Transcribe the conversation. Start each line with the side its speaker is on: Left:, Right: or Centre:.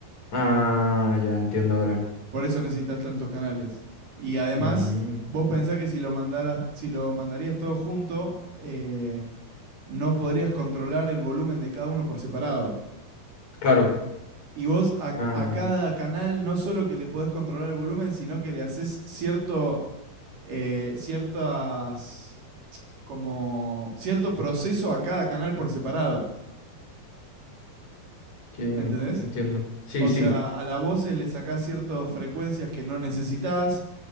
Left: Ah, ya entiendo ahora.
Right: Por eso necesitas tantos canales. Y además,
Left: Mm,
Right: vos pensás que si lo mandaras, si lo mandarías todo junto, eh, no podrías controlar el volumen de cada uno por separado.
Left: claro.
Right: Y vos a,
Left: Ah,
Right: a cada canal no solo que le podés controlar el volumen, sino que le haces cierto, eh, ciertas, como, cierto proceso a cada canal por separado,
Left: sí,
Right: ¿entendés?
Left: entiendo. Sí,
Right: O
Left: sí,
Right: sea, a la voz le sacás ciertas frecuencias que no necesitas